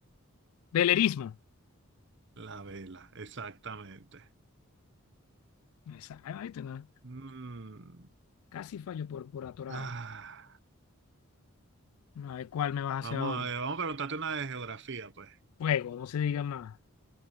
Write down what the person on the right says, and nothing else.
La vela, exactamente.
Mm,
ah,
vamos
a ver, vamos a preguntarte una de geografía, pues.